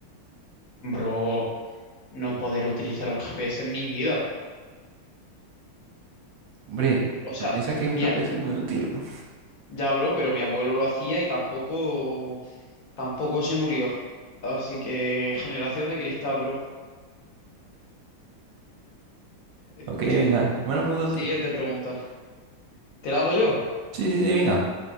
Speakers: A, on the left; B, on the right.
A: bro, no poder utilizar un GPS en mi vida.
B: Hombre,
A: O sea,
B: yo pienso que un
A: mira,
B: GPS es muy útil. <laughs> ¿no?
A: ya, bro, pero mi abuelo lo hacía y tampoco, tampoco se murió. Así que, generación de cristal, bro. Escúchame.
B: Ok, venga, buena pregunta
A: Siguiente
B: tú.
A: pregunta. ¿Te la hago yo?
B: Sí, sí, sí, venga.